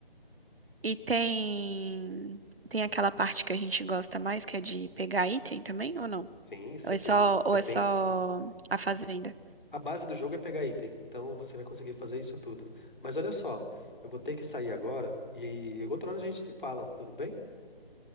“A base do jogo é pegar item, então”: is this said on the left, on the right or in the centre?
Left